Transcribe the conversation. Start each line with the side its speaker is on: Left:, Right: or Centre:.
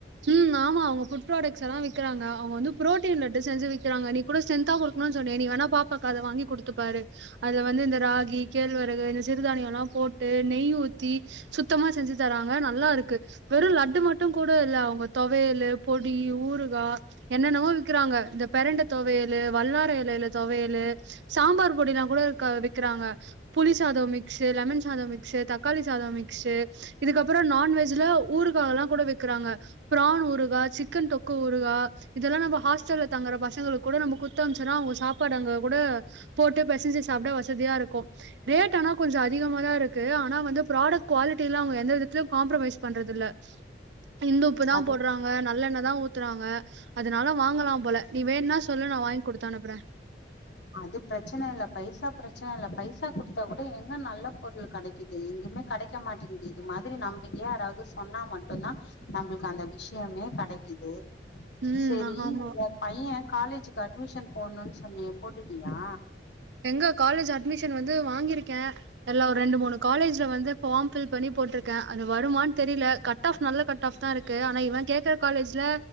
Right: ம் ஆமா அவுங்க ஃபுட் ப்ராடக்ட்ஸ் எல்லா விக்கிறாங்க அவுங்க வந்து புரோட்டீன் லட்டு செஞ்சி விக்கிறாங்கா நீ கூட ஸ்டென்ந்தாஹோல் க்ணு சொன்னியே நீ வேணா பாப்பாக்கு அத வாங்கி குடுத்துப்பாரு அத வந்து இந்த ராகி கேழ்வரகு இந்த சிறுதானியோல்லா போட்டு நெய் ஊத்தி சுத்தமா செஞ்சு தராங்க நல்லாருக்கு வெறு லட்டு மட்டு கூட இல்ல அவ் உங்க தொவயேலு பொடி ஊறுகா என்னென்னவோ விக்கிறாங்க இந்த பெரண்ட தொவையலு வல்லாறா எலையில தொவையலு சாம்பார் பொடிலா கூட க விக்கிறாங்க புளி சாதோ மிக்ஸ் லெமன் சாதோ மிக்ஸு தக்காளி சாதோ மிக்ஸு இதுக்கப்பறோ நான்வெஜ்ல ஊறுகாவல்லா கூட வெக்கிறாங்க ப்ரான் ஊறுகா சிக்கன் தொக்கு ஊறுகா இதெல்லா நம்ம ஹாஸ்டல்ல தங்குற பசங்களுக்கு கூட நம்ம குத்தம்ச்சுன்னா அவுங்க சாப்பாடு அங்க கூட போட்டு பெசஞ்சி சாப்ட வசதியா இருக்கு ரேட் ஆனா கொஞ்ச அதிகமா தா இருக்கு ஆனா வந்து ப்ராடக்ட் குவாலிட்டிலா அவுங்க எந்த விதத்துலயையு காம்ரமைஸ் பண்றதில்ல. இந்துப்பு தா
Left: அது
Right: போட்றா ங்க நல்லெண்ண தா ஊத்துறாங்க அதனால வாங்கலாம் போல நீ வேண்னா சொல்லு நா வாங்கி குடுத்து அனுப்புறே
Left: அது பிரச்சன இல்ல பைசா பிரச்சன இல்ல பைசா குடுத்தா கூட எங்க நல்ல பொருளு கெடைக்குது எங்கிமே கடைக்க மாட்டடிங்குது இது மாத்ரி நம்பிக்கையா யாராவ்து சொன்னா மட்டுந்தா நம்மளுக்கு அந்த விஷயமே கெடைக்கிது
Right: ம்
Left: செரி
Right: ஆமா
Left: உங்கப் பையே காலேஜுக்கு அட்மிஷன் போட்ணுன் சொன்னியே போட்டுட்டியா
Right: எங்க காலேஜ் அட்மிஷன் வந்து வாங்கியிருக்கே எல்லா ஒரு ரெண்டு மூணு காலேஜ்ல வந்து ஃபார்ம் பில் பண்ணி போட்டிருக்கே அது வருமான் தெரிய்ல கட் ஆஃப் நல்ல கட் ஆஃப் தா இருக்கு ஆனா இவே கேக்குற காலேஜ்ல